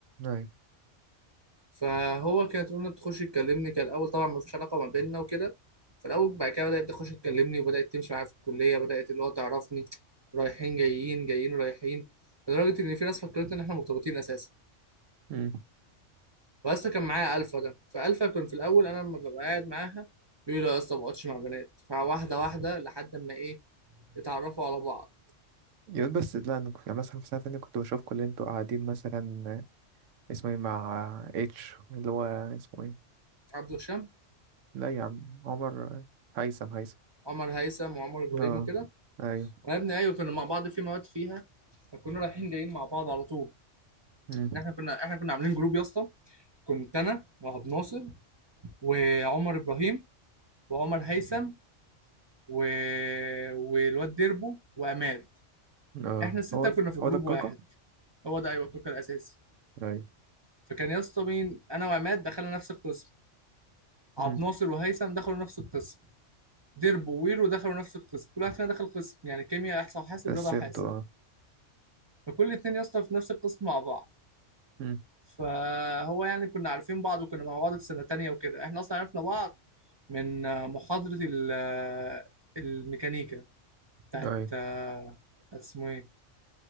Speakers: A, on the right; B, on the right.
A: ايوه
B: فهو كانت رنا بتخش تكلمني كان الاول طبعا ما فيش علاقه ما بيننا وكده في الاول بعد كده بدات تخش تكلمني وبدات تمشي معايا في الكليه بدات اللي هو تعرفني رايحين جايين جايين رايحين لدرجه ان في ناس فكرت ان احنا مرتبطين اساسا
A: امم
B: واسطى كان معايا الفا ده فالفا كان في الاول انا لما ببقى قاعد معاها بيقول لي لا يا اسطى ما بقعدش مع بنات فواحده واحده لحد ما ايه اتعرفوا على بعض
A: يقول بس لا انا كنت- يعني مثلا في سنه تانية كنت بشوفكم اللي انتوا قاعدين مثلا اسمه ايه مع اتش اللي هو اسمه ايه
B: عبد الشام
A: لا يا عم عمر هيثم هيثم
B: عمر هيثم وعمر ابراهيم
A: اه
B: وكده
A: ايوه
B: وانا ابني ايوه كنا مع بعض في مواد فيها فكنا رايحين جايين مع بعض على طول
A: امم
B: ان احنا كنا احنا كنا عاملين جروب يا اسطى كنت انا وعبد ناصر وعمر ابراهيم وعمر هيثم و... والواد ديربو وعماد
A: اه
B: احنا السته
A: هو
B: كنا في جروب
A: هو ده الكاكا
B: واحد هو ده ايوه الكوكا الاساسي
A: ايوه
B: فكان يا اسطى مين انا وعماد دخلنا نفس القسم
A: امم
B: عبد ناصر وهيثم دخلوا نفس القسم ديربو وويرو دخلوا نفس القسم كل واحد فينا دخل قسم يعني كيمياء احصاء وحاسب
A: رسمته
B: رياضه وحاسب
A: اه
B: فكل اتنين يا اسطى في نفس القسم مع بعض
A: امم
B: فهو يعني كنا عارفين بعض وكنا مع بعض في سنه تانية وكده احنا اصلا عرفنا بعض من محاضره ال- الميكانيكا بتاعت
A: ايوه
B: بتاعت اسمه ايه